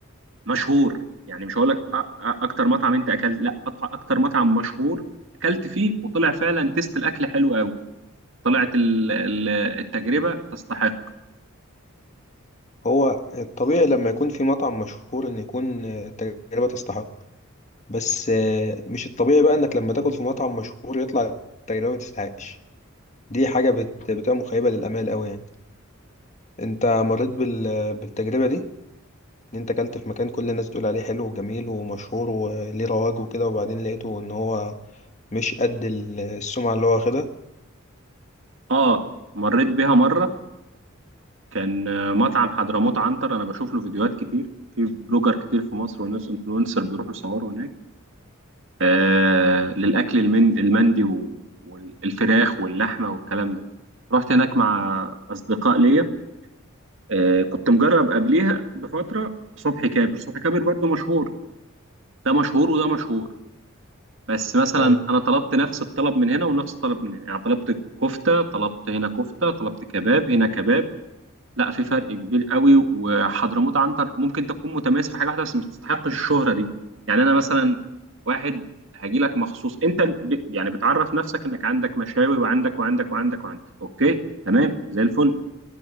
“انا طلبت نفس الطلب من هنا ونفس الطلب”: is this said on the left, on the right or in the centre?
Right